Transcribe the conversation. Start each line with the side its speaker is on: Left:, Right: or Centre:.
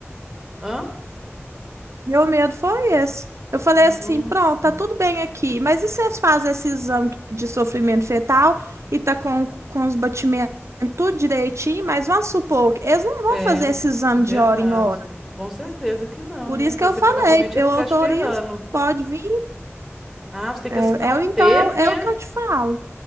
Centre: Hã?
Right: Meu medo foi esse. Eu falei
Centre: Nossa.
Right: assim, pronto, tá tudo bem aqui, mas e se vocês fazem esse exame de sofrimento fetal e tá com, com os batimentos tudo direitinho, mas vamos supor que eles não vão
Centre: É
Right: fazer esse exame
Centre: verdade.
Right: de hora em hora.
Centre: Com certeza que não,
Right: Por
Centre: né?
Right: isso
Centre: Você
Right: que eu falei,
Centre: provavelmente
Right: eu
Centre: ia ficar
Right: autorizo,
Centre: esperando.
Right: pode vir.
Centre: Ah, você tem
Right: É,
Centre: que assinar
Right: é
Centre: um
Right: o- então
Centre: termo,
Right: é, o
Centre: né?
Right: é o que eu te falo.